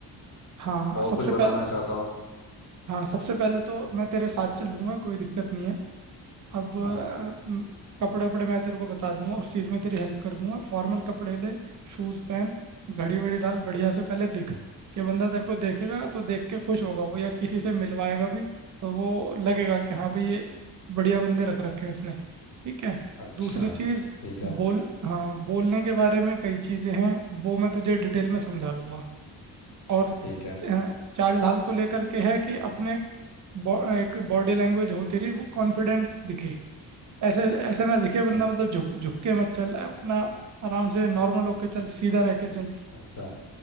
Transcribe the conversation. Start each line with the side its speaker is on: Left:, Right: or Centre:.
Right: हाँ
Left: और
Right: सबसे
Left: कुछ बताना
Right: पहले
Left: चाहता हूँ
Right: हाँ सबसे पहले तो मैं तेरे साथ चलूंगा कोई दिक्कत नहीं है अब अ,
Left: हाँ
Right: म, कपड़े वपड़े मैं तेरे को बता दूंगा उस चीज़ में तेरी हेल्प कर दूंगा फॉर्मल कपड़े ले शूज़ पहन घड़ी वड़ी डाल बढ़िया से पहले दिख कि बंदा तेरे को देखेगा तो देख के खुश होगा वो या किसी से मिलवाएगा भी तो वो लगेगा कि हाँ भाई ये बढ़िया बंदे रख रखे हैं इसने ठीक है
Left: अच्छा
Right: दूसरी चीज़
Left: ठीक है
Right: बोल हाँ बोलने के बारे में कई चीज़ें हैं वो मैं तुझे डिटेल में समझा दूंगा और
Left: ठीक है
Right: अ, चाल ढाल को लेकर के है कि अपने बॉ, एक बॉडी लैंग्वेज होती रही वो कॉन्फिडेंट दिखे ऐसे ऐसे ना दिखे
Left: अच्छा
Right: बंदा मतलब झुक झुक के मत चल अपना आराम से नॉर्मल होके चल सीधा रह के चल
Left: अच्छा